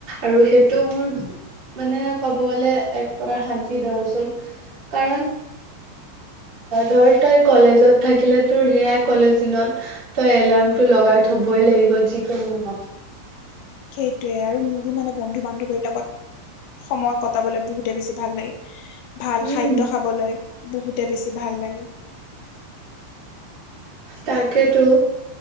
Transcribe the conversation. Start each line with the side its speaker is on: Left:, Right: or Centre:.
Right: আৰু সেইটো মোৰ মানে ক'ব গ'লে এক প্ৰকাৰ শান্তি ধৰচোন। কাৰণ ধৰ তই কলেজত থাকিলে তোৰ সেয়াই কলেজ দিনত তই এলাৰ্ম টো লগাই থবই লাগিব যিকোনো নহওঁক।
Left: সেইটোয়ে আৰু মোৰো মানে বন্ধু বান্ধৱীৰ লগত সময় কটাবলে বহুতে বেছি ভাল লাগে। ভাল
Right: উম
Left: খাদ্য খাবলৈ বহুতে বেছি ভাল লাগে।
Right: তাকেতো,